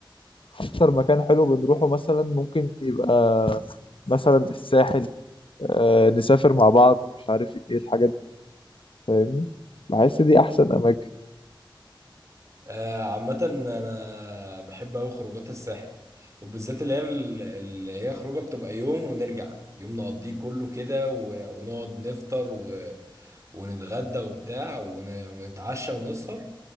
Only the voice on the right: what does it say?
آه عامه انا بحب اوي خروجات الساحل وبالذات اللي هي ال- اللي هي خروجه بتبقى يوم ونرجع يوم نقضيه كله كده و- ونقعد نفطر و- ونتغدى وبتاع ون- ونتعشى ونسهر